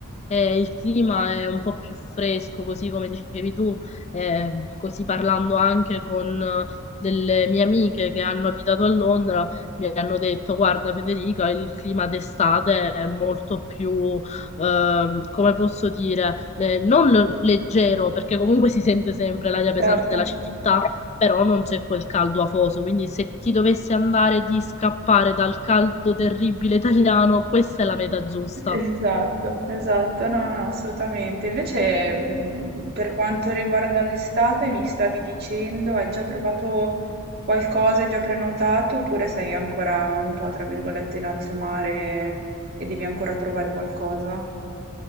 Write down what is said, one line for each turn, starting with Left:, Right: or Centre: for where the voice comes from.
Left: e il clima è un po' più fresco, così come dicevi tu, eh, così parlando anche con eh, delle mie amiche che hanno abitato a Londra, mi hanno detto, guarda Federica, il clima d'estate è molto più, ehm, come posso dire, eh, non leggero, perché comunque si sente sempre l'aria pesante
Right: Certo.
Left: della città, però non c'è quel caldo afoso, quindi se ti dovessi andare di scappare dal caldo terribile italiano, questa è la meta giusta.
Right: Esatto, esatto, no, no, assolutamente. Invece, mh, per quanto riguarda l'estate, mi stavi dicendo, hai già trovato qualcosa, hai già prenotato, oppure sei ancora un po', tra virgolette, in alto mare e devi ancora trovare qualcosa?